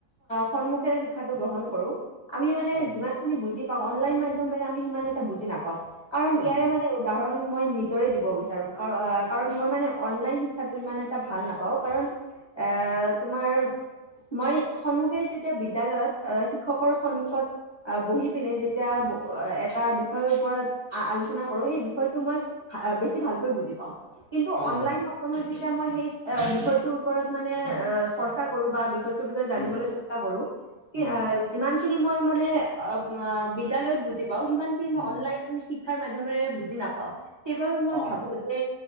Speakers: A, on the left; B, on the right.
A: সন্মুখেৰে শিক্ষাটো গ্ৰহণ কৰো। আমি মানে
B: হয়
A: যিমান খিনি বুজি অনলাইন মাধ্যম আমি সিমান এটা বুজি নাপাওঁ। কাৰণ ইয়াৰে
B: উম,
A: মানে উদাহৰণ, মই নিজৰে দিব বিচাৰো। কাৰণ মই মানে অনলাইন শিক্ষাটো ইমান এটা ভাল নাপাওঁ কাৰণ এ তোমাৰ মই সন্মুখে যেতিয়া বিদ্যালয়ত শিক্ষকৰ সন্মুখত বহি পিনে যেতিয়া এটা বিষয়ৰ ওপৰত আলোচনা কৰো সেই বিষয়টো মই বেছি ভাল। বুজি পাওঁ। কিন্তু
B: হয়
A: অনলাইন
B: হয়
A: ম য এতিয়া মই সেই বিষয়টোৰ ওপৰত মানে অ চৰ্চা কৰো বা বিষয়টোৰ বিষয়ে জানিবলৈ
B: উম,
A: চেষ্টা কৰো কি
B: উম,
A: যিমান। খিনি মই মানে অ বিদ্যালয়ত বুজি, বাৰু সিমানখিনি মই
B: উম।
A: অনলাইন, শিক্ষাৰ মাধ্যমেৰে বুজি নাপাওঁ সেইবাবে,
B: অঁ
A: ভাবো যে,